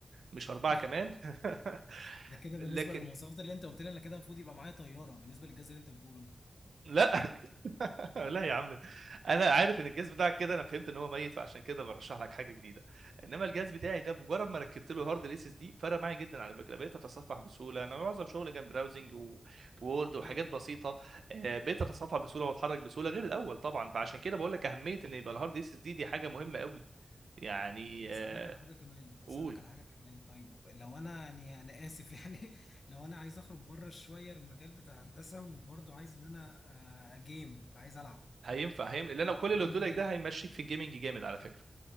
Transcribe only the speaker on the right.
مش 4
كمان <laughs>
لكن
لا <laughs> لا يا عم انا عارف ان الجهاز بتاعك كده انا فهمت ان هو ميت فعشان كده برشح لك حاجه جديده انما الجهاز بتاعي ده مجرد ما ركبت له هارد الاس اس دي فرق معايا جدا على فكره بقيت اتصفح بسهوله انا معظم شغلي كان براوزنج ووورد وحاجات
بسيطه آه، بقيت اتصفح بسهوله واتحرك بسهوله غير الاول طبعا فعشان كده بقول لك اهميه ان يبقى الهارد اس اس دي دي حاجه مهمه قوي يعني
آه،
قول
هينفع هيم اللي انا
كل اللي قلته
لك ده هيمشيك في الجيمنج جامد على فكره